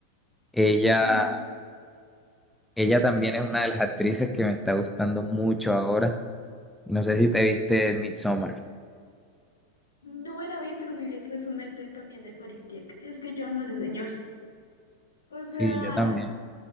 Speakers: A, in the centre; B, on the left.
A: Ella
B: Uy,
A: Ella
B: sí.
A: también es una de las actrices que me está gustando mucho ahora. No sé si te viste Midsommar.
B: No me la vi, pero me vi el resumen de, también de Farid Dieck. Es que yo amo a ese señor. O sea,
A: Sí, yo también.